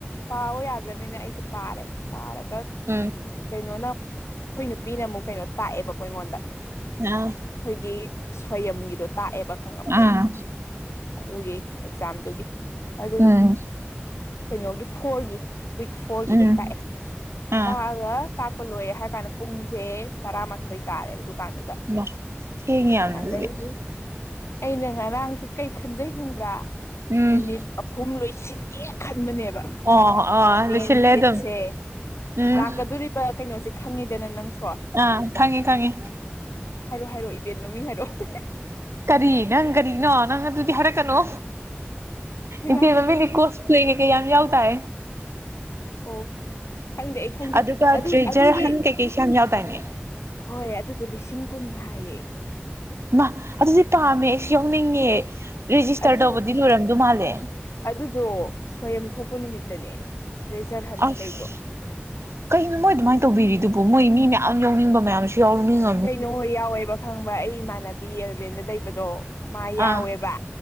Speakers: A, on the left; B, on the right.
A: ꯄꯥꯕ ꯌꯥꯗ꯭ꯔꯅꯤꯅ ꯑꯩꯁꯦ ꯄꯥꯔꯦ ꯄꯥꯔꯒ
B: ꯎꯝ
A: ꯀꯩꯅꯣꯅ ꯑꯩꯈꯣꯏ ꯅꯨꯄꯤꯅ ꯑꯃꯨꯛ ꯀꯩꯅꯣ ꯇꯥꯛꯑꯦꯕꯀꯣ ꯑꯩꯉꯣꯟꯗ
B: ꯑꯥ
A: ꯑꯩꯈꯣꯏꯒꯤ ꯁꯣꯌꯝꯒꯤꯗꯣ ꯇꯥꯛꯑꯦꯕ ꯈꯪꯉꯕ
B: ꯑꯥ
A: ꯑꯗꯨꯒꯤ ꯑꯦꯛꯖꯥꯝꯗꯨꯒꯤ ꯑꯗꯨ
B: ꯎꯝ
A: ꯀꯩꯅꯣꯒꯤ ꯐꯣꯔꯒꯤ ꯋꯤꯛ ꯐꯣꯔꯒꯤꯗꯣ
B: ꯎꯝ
A: ꯇꯥꯛꯑꯦ
B: ꯑꯥ
A: ꯇꯥꯛꯑꯒ ꯇꯥꯛꯄ ꯂꯣꯏꯔꯦ ꯍꯥꯏꯔ ꯀꯥꯟꯗ ꯄꯨꯡꯁꯦ ꯇꯔꯥꯃꯥꯊꯣꯏ ꯇꯥꯔꯦꯕ ꯄꯥꯗꯗ
B: ꯃꯥ ꯊꯦꯡꯉꯦ ꯌꯥꯝꯅ
A: ꯑꯗꯩꯗꯤ
B: ꯑꯗꯨꯗꯤ
A: ꯑꯩꯅ ꯉꯔꯥꯡꯁꯦ ꯀꯩ ꯈꯟꯖꯩ ꯈꯪꯕ꯭ꯔꯥ
B: ꯎꯝ
A: ꯌꯨꯅꯤꯠ ꯑꯍꯨꯝ ꯂꯣꯏꯁꯤꯟꯒꯦ ꯈꯟꯕꯅꯦꯕ
B: ꯑꯣ ꯑꯣ
A: ꯃꯦꯟ
B: ꯂꯣꯏꯁꯤꯜꯂꯦ
A: ꯐꯤꯠꯁꯦ
B: ꯑꯗꯨꯝ ꯎꯝ
A: ꯂꯥꯛꯀꯗꯣꯔꯤꯕ ꯀꯩꯅꯣꯁꯦ ꯈꯪꯉꯦꯗꯅ ꯅꯪꯁꯨ
B: ꯑ ꯈꯪꯉꯤ ꯈꯉꯤ
A: ꯍꯥꯏꯔꯛꯑꯣ ꯍꯥꯏꯔꯛꯑꯣ ꯏꯕꯦꯟ ꯃꯃꯤꯡ ꯍꯥꯏꯔꯛꯑꯣ
B: ꯀꯔꯤ ꯅꯪ ꯀꯔꯤꯅꯣ ꯅꯪ ꯑꯗꯨꯗꯤ ꯍꯥꯏꯔꯛꯀꯅꯣ
A: ꯍꯩꯃꯥ
B: ꯏꯇꯦ ꯃꯃꯤꯡꯅꯤ ꯀꯣ <unintelligible> ꯌꯥꯝ ꯌꯥꯎꯇꯥꯢ
A: ꯑꯣ ꯈꯪꯗꯦ ꯑꯩ ꯈꯪꯗꯦ
B: ꯑꯗꯨꯒ
A: ꯑꯗꯨ
B: ꯇ꯭ꯔꯦꯖꯔ
A: ꯑꯗꯨꯒꯤ
B: ꯍꯟ ꯀꯩꯀꯩꯁꯨ ꯌꯥꯝ ꯌꯥꯎꯗꯥꯏꯅꯦ
A: ꯍꯣꯏ ꯑꯗꯨꯗꯣ ꯂꯤꯁꯤꯡ ꯀꯨꯟꯅꯤ ꯍꯥꯏꯌꯦ
B: ꯏꯃꯥ ꯑꯗꯨꯗꯤ ꯄꯥꯝꯃꯦ ꯑꯩꯁꯨ ꯌꯥꯎꯅꯤꯡꯉꯦ ꯔꯦꯖꯤꯁꯇꯔ
A: ꯑꯗꯨ
B: ꯇꯧꯕꯗꯤ ꯂꯣꯏꯔꯝꯗꯣꯏ ꯃꯥꯜꯂꯦ
A: ꯑꯗꯨꯗꯣ ꯁꯣꯌꯝ ꯊꯣꯛꯄ ꯅꯨꯃꯤꯠꯇꯅꯦ ꯇ꯭ꯔꯦꯖꯔ ꯍꯟ
B: ꯑꯁ
A: ꯂꯩꯗꯣ
B: ꯀꯅꯣ ꯃꯣꯏ ꯑꯗꯨꯃꯥꯏꯅ ꯇꯧꯕꯤꯔꯤꯗꯨꯕꯣ ꯃꯣꯏ ꯃꯤ ꯃꯌꯥꯝ ꯌꯥꯎꯅꯤꯡꯕ ꯃꯌꯥꯝꯁꯨ ꯌꯥꯎꯅꯤꯡꯉ
A: ꯀꯩꯅꯣ ꯍꯣꯏ ꯌꯥꯎꯋꯦꯕ ꯈꯪꯕ ꯑꯩ ꯏꯃꯥꯟꯅꯕꯤ ꯑꯦꯂꯚꯦꯟꯗ ꯂꯩꯕꯗꯣ ꯃꯥ
B: ꯑꯥ
A: ꯌꯥꯎꯋꯦꯕ